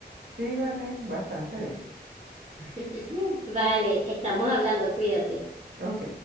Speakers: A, on the right (about 80°); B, on the right (about 40°).
A: Sí, vale, bastante bien.
B: <laughs> Vale, estamos hablando, cuídate.
A: Ok.